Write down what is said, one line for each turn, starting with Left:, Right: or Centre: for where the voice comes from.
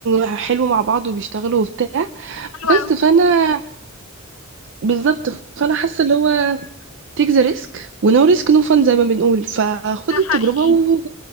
Right: حلو مع بعض وبيشتغلوا وبتاع
Left: حلو
Right: بس
Left: اوي
Right: فأنا بالظبط فأنا حاسة اللي هو تيك ذا ريسك ونو ريسك نو فان زي ما بنقول فخدي
Left: ده حقيقي
Right: التجربة و...